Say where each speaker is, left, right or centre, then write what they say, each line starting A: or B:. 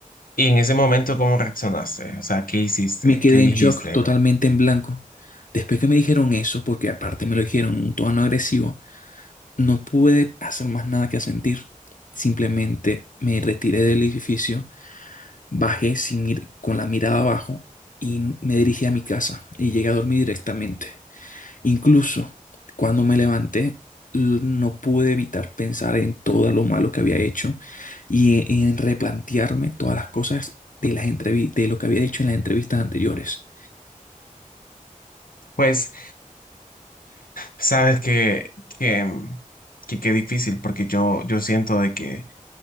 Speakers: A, on the left; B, on the left.
A: Y en ese momento, ¿cómo reaccionaste? O sea, ¿qué hiciste?
B: Me quedé
A: ¿Qué dijiste?
B: en shock, totalmente en blanco. Después que me dijeron eso, porque aparte me lo dijeron en un tono agresivo, no pude hacer más nada que sentir. Simplemente me retiré del edificio, bajé sin ir con la mirada abajo y me dirigí a mi casa y llegué a dormir directamente. Incluso cuando me levanté, l- no pude evitar pensar en todo lo malo que había hecho y en en replantearme todas las cosas de las entrevi- de lo que había dicho en las entrevistas anteriores.
A: Pues Sabes que, que, que qué difícil, porque yo, yo siento de que